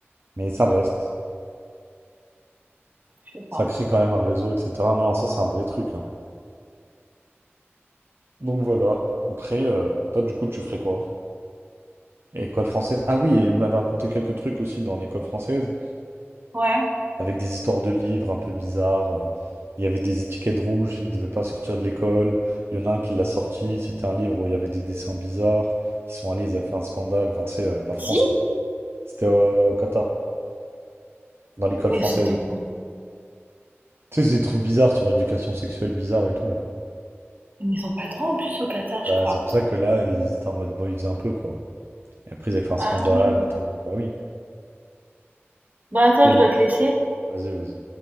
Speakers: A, on the right; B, on the right.
A: mais ça reste.
B: je sais
A: Ça
B: pas.
A: crée quand même un réseau, etc. Non, non, ça c'est un vrai truc. hein. Donc voilà. Après, euh, toi du coup, tu ferais quoi? École française. Ah oui, et on m'avait raconté quelques trucs aussi dans l'école française,
B: Ouais.
A: avec des histoires de livres un peu bizarres. euh, Il y avait des étiquettes rouges, il devait pas sortir de l'école. Il y en a un qui l'a sorti, c'était un livre où il y avait des dessins bizarres. Ils sont allés, ils avaient fait un scandale. Enfin, tu sais, euh, la France,
B: Si?
A: quoi. C'était euh, au Qatar, dans l'école française.
B: Et c'était quoi?
A: Tu sais, c'est des trucs bizarres sur l'éducation sexuelle bizarre et tout, là.
B: Mais ils ont pas le droit en plus au Qatar,
A: Bah,
B: je crois.
A: c'est pour ça que là, ils étaient en mode, bon, ils faisaient un peu, quoi. Et après, ils avaient fait un
B: Ah
A: scandale
B: oui.
A: et tout. Bah oui.
B: Bah attends,
A: Et
B: je dois te laisser.
A: Vas-y, vas-y.